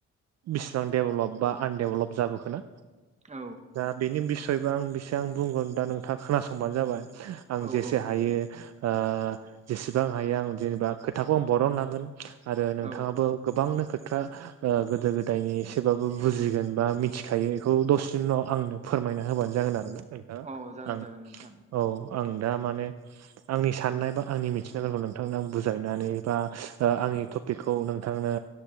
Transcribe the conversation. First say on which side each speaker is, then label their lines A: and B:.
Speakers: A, on the right; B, on the right.
A: बिसिबां डेभेलप बा आनडेभेलप जाबोखोना
B: औ
A: दा बेनि बिसयबो आं बेसेांं बुंगोन दा नोंथाङा खोनासंबानो जाबाय। आं
B: औ
A: जेसे
B: औ
A: हायो जेसेबां हायो आं जेनेबा खोथाखौ आं बरन लांगोन। आरो नोंथाङाबो
B: औ
A: गोबांनो खोथा। गोदो गोदायनि एसेबाबो बुजिगोन बा मिथिखायो बेखौ दसेनि उनाव आंनो फोरमायना होबानो जागोन आरोना नोंथाङा
B: औ जागोन
A: आं
B: जागोन नोंथां
A: औ आं दा माने आंनि साननाय बा आंनि मिथिनायफोरखौ नोंथांनो आं बुजायनानै बा आंनि टपिकखौ नोंथांनो